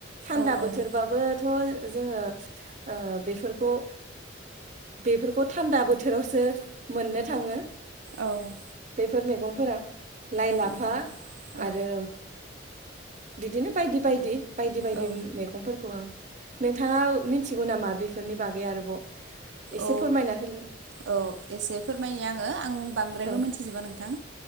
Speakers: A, on the right; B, on the right.
A: थान्दा
B: औ औ
A: बोथोरबाबोथ'। जोंङो ओ बेफोरखौ। बेफोरखौ थान्दा बोथोरावसो मोननो थाङो।
B: औ।
A: बेफोर मैगंफोरा लाइ-
B: औ
A: लाफा
B: औ नोंथां औ
A: आरो। बिदिनो बायदि- बायदि -बायदि -बायदि
B: औ
A: मेग फोरखौ ओं नोंथाङा मिथिगौ नामा बेफोरनि बागै आरोबाव एसे
B: औ
A: फोरमायना होलाय।
B: औ एसे फोरमायनि आङो आं बांद्रायबो
A: औ
B: मोनथिजोबा नोंथां